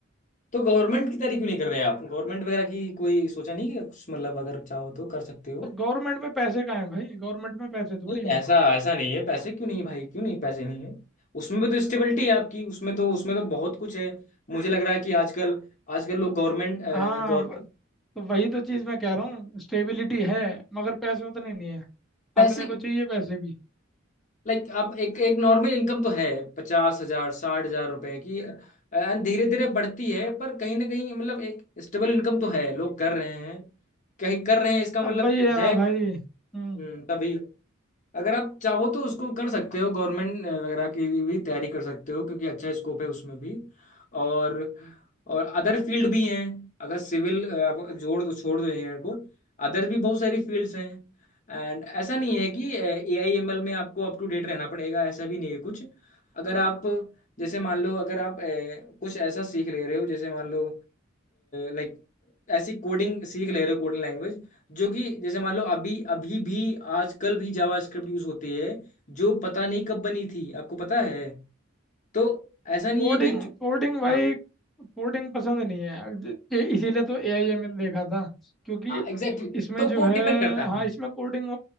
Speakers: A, on the left (about 40°); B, in the centre.
A: तो गवर्नमेंट की तैयारी क्यों नहीं कर रहे आप गवर्नमेंट वगैरह की कोई सोचा नहीं कि कुछ मतलब अगर चाहो तो कर सकते हो
B: तो गवर्नमेंट में पैसे कहाँ हैं भाई गवर्नमेंट में पैसे थोड़ी
A: नहीं
B: हैं
A: ऐसा ऐसा नहीं है पैसे क्यों नहीं भाई क्यों नहीं पैसे नहीं है उसमें भी तो स्टेबिलिटी है आपकी उसमें तो उसमें तो बहुत कुछ है मुझे लग रहा है कि आजकल आजकल लोग गवर्नमेंट गवर्नमेंट
B: हाँ व- तो वही तो चीज़ मैं कह रहा हूँ स्टेबिलिटी है मगर पैसे उतने नहीं है
A: पैसे
B: अपने को चाहिए पैसे भी
A: लाइक आप एक एक नॉर्मल इनकम तो है पचास हजार साठ हजार रुपए की धीरे धीरे बढ़ती है पर कहीं ना कहीं मतलब एक स्टेबल इनकम तो है लोग कर रहे हैं कहीं कर रहे हैं इसका मतलब
B: अब वही है
A: है
B: ना भाई हम्म
A: हम्म, तभी अगर आप चाहो तो उसको कर सकते हो गवर्नमेंट वगैरह की भी तैयारी कर सकते हो क्योंकि अच्छा स्कोप है उसमें भी और और अदर फील्ड भी हैं अगर सिविल आप जोड़ दो छोड़ दो इंजीनियर को अदर भी बहुत सारी फील्ड्स हैं एंड ऐसा नहीं है कि ए आई एम एल में आपको अप टू डेट रहना पड़ेगा ऐसा भी नहीं है कुछ अगर आप जैसे मान लो अगर आप अ, कुछ ऐसा सीख ले रहे हो जैसे मान लो लाइक ऐसी कोडिंग सीख ले रहे हो कोडिंग लैंग्वेज जो कि जैसे मान लो अभी अभी भी आजकल भी जावास्क्रिप्ट यूज होती है जो पता नहीं कब बनी थी आपको पता है तो ऐसा नहीं
B: कोडिंग
A: है कि जो-
B: कोडिंग भाई
A: हाँ
B: कोडिंग पसंद नहीं है ज- ये- इसीलिए तो ए आई एम एल देखा था क्योंकि
A: हाँ एग्जैक्टली
B: इसमें
A: तो
B: जो
A: वो
B: है
A: डिपेंड करता है
B: हाँ
A: हाँ
B: इसमें कोडिंग